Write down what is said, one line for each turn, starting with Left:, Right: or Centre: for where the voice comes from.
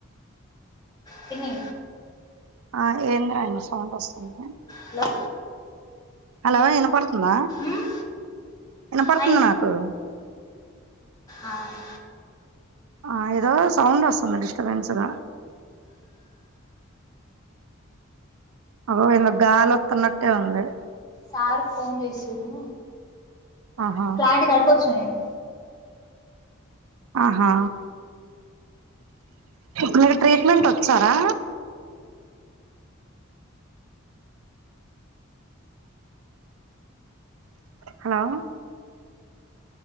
Left: పిన్ని
Right: ఆ ఏంద రండి సౌండ్ వస్తుంది
Left: హలో
Right: హలో ఇనపడుతుంద
Left: ఉమ్
Right: ఇనుపడుతుందీ
Left: ఆ
Right: నాకు
Left: అవు
Right: ఆ ఏదో సౌండ్ వస్తుంది డిస్టర్బెన్స్ గా అదో ఇంద గాలిొస్తున్నట్టే ఉంది
Left: సార్ ఫోన్ చేసిరు
Right: ఆహా
Left: ప్లాంట్ కడుపవచ్చు నేను
Right: ఆహా మీరు ట్రీట్మెంట్ వచ్చారా హలో